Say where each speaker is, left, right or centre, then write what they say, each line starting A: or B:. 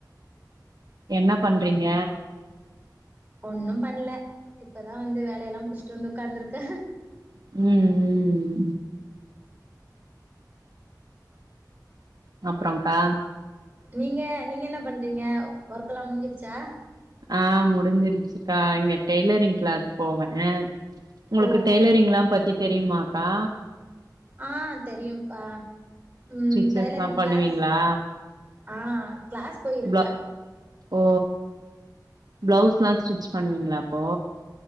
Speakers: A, on the right; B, on the right.
A: என்ன பண்றீங்க
B: ஒன்னு பண்ணல இப்பதா வந்து வேலையலா முடிச்சுட்டு வந்து உக்காந்துருக்க
A: ம் ம் அப்புறகா
B: நீங்க நீங்க என்ன பண்றீங்க ஒர்க்லா முடிஞ்சிர்ச்சா
A: ஆ முடிஞ்சிருச்சுகா இங்க டெய்லரிங் கிளாஸ் போவே உங்ளுக்கு
B: ஓ
A: டெய்லரிங்லா பத்தி தெரியுமாக்கா
B: ஆ தெரியும்ப்பா ம்
A: ஸ்டிச்சஸ்லா
B: டைலரிங்
A: பண்ணுவீங்களா
B: கிளாஸ் ஆ கிளாஸ் போயிருக்கே
A: ப்ள ஓ ப்ளவுஸ்லா ஸ்டிச் பண்ணுவீங்ளா அப்போ